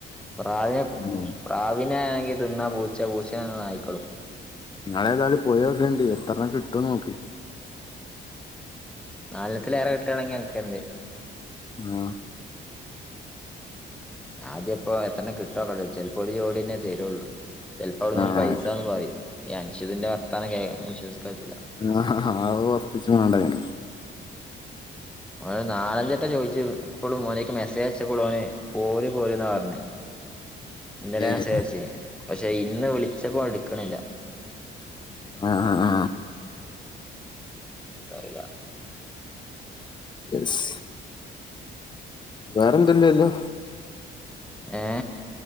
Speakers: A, in the centre; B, on the left.
A: പ്രാവി
B: ഉം
A: പ്രാവിനെ ആണെങ്കിൽ തിന്നാ പൂച്ച പൂച്ച തിന്നാ നായിക്കളും
B: നിങ്ങള് ഏതായാലും പോയിനോക്കേണ്ട് എത്രണ്ണം കിട്ടുന്ന് നോക്ക്
A: നാലണ്ണത്തിലേറെ കിട്ടുകയാണെങ്കി അൻക്ക് തര്ണ്ട്
B: ആ
A: ആദ്യം ഇപ്പോ എത്ര കിട്ടോന്ന് നോക്കട്ടെ ചിലപ്പോ ഒരു ജോഡി തന്നെ തരുള്ളൂ ചിലപ്പോ അവിടുന്ന്
B: ആഹ്
A: പൈസ ന്ന് പറയും ഈ അനുഷുതിന്റെ വാർത്താനം കേ വിശ്വസിക്കാൻ പറ്റുല്ല
B: ആ അത് ഉറപ്പിച്ചു വേണ്ടതിന്
A: ഓന് നാലഞ്ച് വട്ടം ചോദിച്ച് ഇപ്പോളും ഓൻ എനിക്ക് മെസ്സേജ് അയച്ചപ്പോളും ഓന് പോര് പോര് എന്നാ പറഞ്ഞ ഇന്നലെ
B: ഏഹ്
A: അയച്ച് പക്ഷെ ഇന്ന് വിളിച്ചപ്പോ എട്ക്ക്ണില്ല
B: ആ ആ ആ
A: എന്താ അറിയില്ല.
B: യെസ് വേറെന്തല്ലല്ലോ
A: ഏ